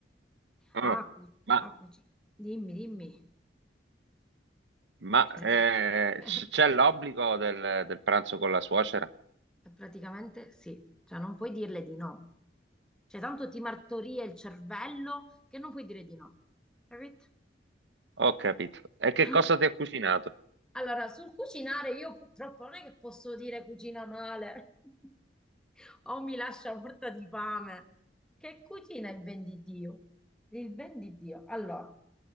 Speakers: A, on the right; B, in the centre.
A: oh.
B: Ah, cu-
A: Ma,
B: ah, cuci- dimmi, dimmi.
A: ma,
B: Ci sei?
A: eh,
B: <laughs>
A: c- c'è l'obbligo del, del pranzo con la suocera?
B: Eh, praticamente sì, cioè non puoi dirle di no. Cioè tanto ti martoria il cervello che non puoi dire di no. Capito?
A: Ho capito. E che
B: Eh.
A: cosa ti ha cucinato?
B: Allora, sul cucinare io purtroppo non è che posso dire cucina male <laughs> o mi lascia morta di fame. Che cucina il ben di Dio? Il ben di Dio. Allora,